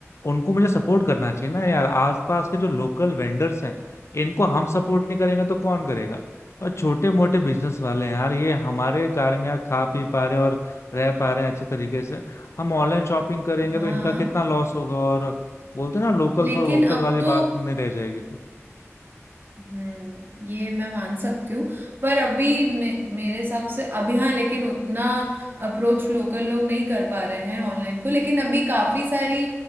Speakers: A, on the left; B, on the right.
A: उनको मुझे सपोर्ट करना चाहिए ना यार आसपास के जो लोकल वेंडर्स हैं इनको हम सपोर्ट नहीं करेंगे तो कौन करेगा और छोटे मोटे बिजनेस वाले हैं यार ये हमारे कारण यार खा पी पा रहे हैं और रह पा रहे हैं अच्छे तरीके से हम ऑनलाइन शॉपिंग करेंगे
B: हाँ
A: तो इनका कितना लॉस होगा और बोलते हैं ना लोकल
B: लेकिन
A: फॉर वोकल
B: अब
A: वाली
B: तो
A: बात नहीं रह जाएगी फिर
B: हम्म ये मैं मान सकती हूँ पर अभी मे, मेरे हिसाब से अभी हाँ लेकिन उतना अप्रोच लोकल लोग नहीं कर पा रहे हैं ऑनलाइन को लेकिन अभी काफी सारी